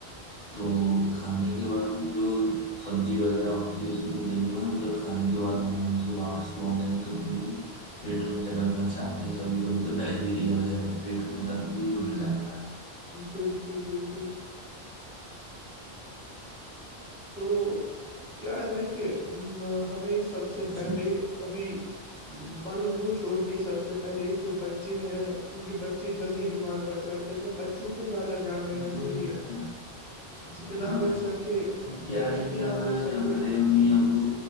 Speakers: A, in the centre; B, on the left.
A: جی
B: تو کھانے کے بعد جو سبزی وغیرہ ہوتی ہے اس میں دیکھنا جب کھانے کے بعد آؤں سے واپس مٹم ر د پیٹ میں جلن مچاتے ہیں کبھی کبھی تو ڈائلیریا ویرہ پیٹ میں درد بھی ہونے لگتا ہے
A: بالکل بالکل تو کیا ہے نا کہ ہمیں سب
B: ہے
A: سے
B: جی
A: پہلے ابھی بڑوں کو چھوڑ کے سب سے پہلے جو بچے ہیں کیونکہ بچے جلدی بیمار پڑ جاتے ہیں تو بچوں پہ زیادہ دھیان دینا
B: وہی
A: چاہیے
B: نا
A: جتنا
B: ہاں بھائی
A: ہو سکے
B: کیا ہے
A: جتنا
B: کیا
A: ہو
B: آج
A: سکے
B: ہمارے امی
A: جی جی
B: ابو